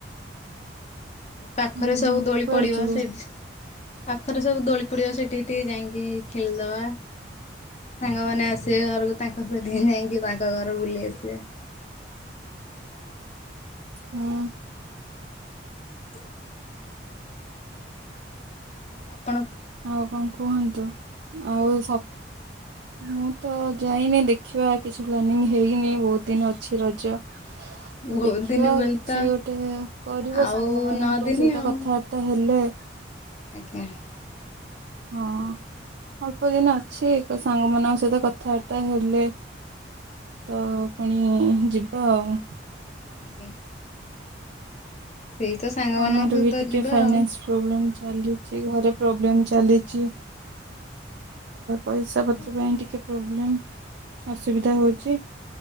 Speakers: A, on the left; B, on the right.
A: ଏ ପାଖରେ
B: ହୁଁ
A: ସବୁ
B: ହୁଁ
A: ଦୋଳି
B: କୁଆଡେ
A: ପଡିବ
B: ଯିବେ?
A: ସେଠି ପାଖରେ ସବୁ ଦୋଳି ପଡିବ ସେଠି ଟିକେ ଯାଇକି ଖେଳିଦେବା ସାଙ୍ଗମାନେନ ଆସିବେ ଘରକୁ ତାଙ୍କ ସହିତ ଯାଇକି ବାଙ୍କ ଘର ବୁଲି ଆସିବା। <inaudible>
B: ହଁ
A: ହ <inaudible> ଓଉ <inaudible>
B: ଆଉ କଣ କୁହନ୍ତୁ। ଆଉ ସପ୍ ମୁଁ ତ ଯାଇନି ଦେଖିବା କିଛି ପ୍ଲାନିଂ ହେଇନି ବହୁତ ଦିନ ଅଛି। ରଜ ତ
A: ବହୁତ
B: ଦେଖିବା
A: ଦିନ ବୋଲି
B: କିଛି
A: ତ
B: ଗୋଟେ ଏ କରିବା
A: ଆଉ
B: ସାଙ୍ଗ ମାନଙ୍କ
A: ନଅ ଦିନି
B: ସହିତ
A: ଆଉ
B: କଥାବାର୍ତ୍ତା ହେଲେ
A: ଆଜ୍ଞା
B: ହଁ ଅଳ୍ପ ଦିନ ଅଛି ଏକ ସାଙ୍ଗ ମାନଙ୍କ ସହିତ କଥାବାର୍ତ୍ତା ହେଲେ ତ ପୁଣି ଯିବା ଆଉ।
A: ଆଜ୍ଞା ସେଇ ତ ସାଙ୍ଗମାନାନଙ୍କ
B: ଆମର
A: ସହିତ
B: ବି ଟିକେ
A: ଯିବା
B: ଫାଇନାନ୍ସ
A: ଆଉ।
B: ପ୍ରୋବ୍ଲେମ୍ ଚାଲିଛି ଘରେ ପ୍ରୋବ୍ଲେମେ ଚାଲିଚି। ପଇସା
A: ଆଜ୍ଞା।
B: ପତ୍ର ପାଇଁ ଟିକେ ପ୍ ପ୍ରୋବ୍ଲେମ ଅସୁବିଧା ହଉଛି